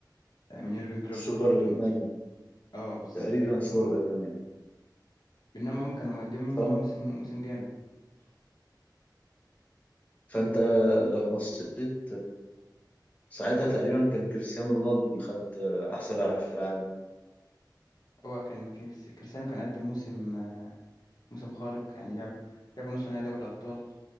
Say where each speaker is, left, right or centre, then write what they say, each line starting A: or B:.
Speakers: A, on the left (about 60°); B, on the left (about 20°).
A: من يورجن كلوب
B: السوبر
A: ودورتموند
B: الالماني
A: اه بالظبط
B: تقريبا السوبر الالماني
A: بينما هم كانوا مقدمين
B: صح
A: موسم موسم جامد
B: فانت لو بصيت ساعتها تقريبا كان كريستيانو رونالدو اللي خد احسن لاعب في العالم
A: هو كان كريس- كريستيانو كان قدم موسم آه، موسم خارق يعني لعبوا لعبوا نص نهائي دوري الأبطال